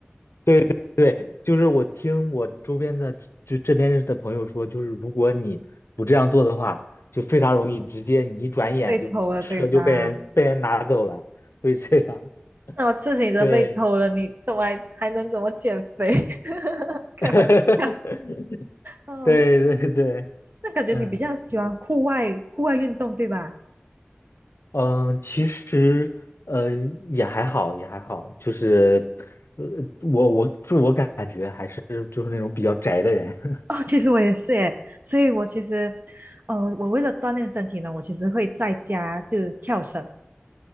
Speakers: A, on the left (about 80°); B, on the right (about 50°).
A: 对对，就是我听我周边的就这边认识的朋友说，就是如果你不这样做的话，就非常容易直接你一转眼就车就被人被人拿走了，
B: 被偷了对吧？
A: 会这样。
B: 那我自己都被偷了，
A: 对，
B: 你怎么还还能怎么减肥？<laughs> 开玩笑，
A: <laughs> 对
B: 哦，
A: 对对，
B: 那感觉你比较喜欢户外户外运动对吧？
A: 嗯嗯，其实呃也还好，也还好，就是呃我我自我感觉还是就是那种比较宅的人。<laughs>
B: 哦，其实我也是耶，所以我其实，呃，我为了锻炼身体呢，我其实会在家就跳绳，